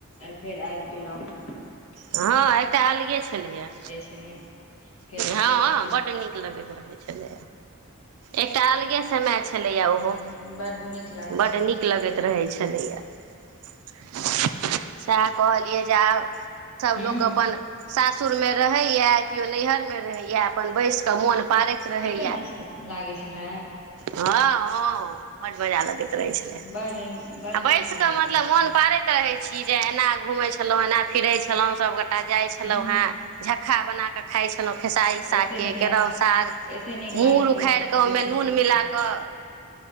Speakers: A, on the left; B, on the right.
A: फेर आ। <unintelligible>
B: हँ एकटा अलगे छलैया
A: छलियै फेर आबि
B: हँ
A: जाइ छलियै
B: बड नीक लगैत रहे छले। एकटा अलगे समय छै। छलैया ओहो
A: हूँ बड नीक लागै
B: बड्ड
A: छलै
B: नीक लगैत रहै छलैया। स कहलियए जाउ। सभ
A: हूँ
B: लोक अपन सासुरमे रहैए। केओ नैहर मे रहैय अपन बैस कऽ मोन। बाजत रहैया
A: कते मस्त लागै छलै
B: हं हं बड मजा लगैत रहैल छैलय
A: बड बड
B: बैस
A: नीक लागैत
B: के मतलब
A: रहै
B: मोन
A: छलै
B: पारेत रहै छि जे एना घूमें छलहों एना फिरे छ। सबगोटा जाय छलौं
A: हूँ
B: हें झखा बना क। खाइ छै। खेलहुँ खेसारी सागके
A: एते नीक
B: केराउ
A: लाग
B: साग
A: एते नीक
B: मूर
A: लागै छलै
B: उखाड़ि कऽ
A: से
B: ओहिमे
A: की
B: नून
A: कहू
B: मिला कऽ।